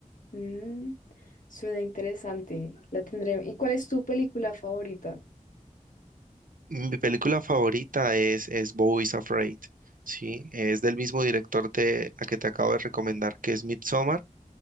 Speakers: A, on the left (about 70°); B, on the right (about 85°).
A: Mm, suena interesante. La tendré. ¿Y cuál es tu película favorita?
B: Mi película favorita es, es Beau is Afraid, ¿sí? Es del mismo director de la que te acabo de recomendar, que es Midsommar,